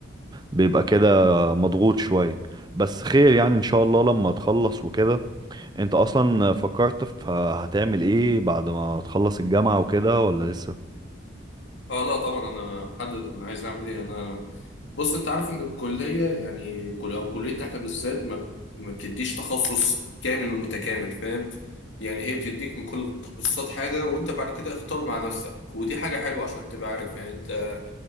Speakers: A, on the right; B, on the left.
A: بيبقى كده مضغوط شوية بس خير يعني ان شاء الله لما تخلص وكده انت اصلا فكرت في هتعمل ايه بعد ما تخلص الجامعة وكده ولا لسه
B: اه لا طبعا انا محدد انا عايز اعمل ايه انا بص انت عارف ان الكليه يعني كل او كليتنا احنا بالذات ما ما بتديش تخصص كامل متكامل فاهم يعني هي بتديك من كل التخصصات حاجه وانت بعد كده اختار مع نفسك ودي حاجه حلوه عشان تبقى عارف يعني انت